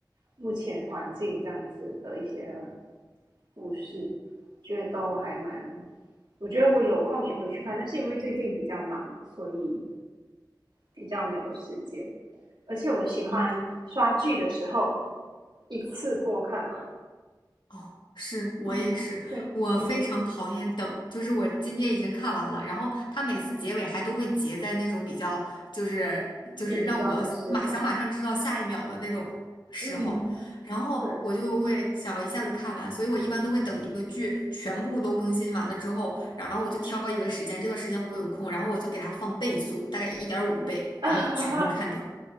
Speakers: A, on the right; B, on the left.
A: 目前环境这样子的一些故事，觉得都还蛮。我觉得我有空也会去看，但是因为最近比较忙，所以比较没有时间。而且我喜欢刷剧的时候
B: 嗯。
A: 一次过看完。
B: 哦，是我也是，
A: 嗯，对你也是
B: 我非常讨厌等，就是我今天已经看完了，然后他每次结尾还都会结在那种比较，就是就是让我马想马上知道下一秒的那种时候，
A: 紧张的时刻。嗯，
B: 然后我就会想一下子看完，
A: 对。
B: 所以我一般都会等一个剧全部都更新完了之后，然后我就挑一个时间，这段时间我有空，然后我就给它放倍速，大概一点五倍，
A: <laughs>
B: 然后全都看掉。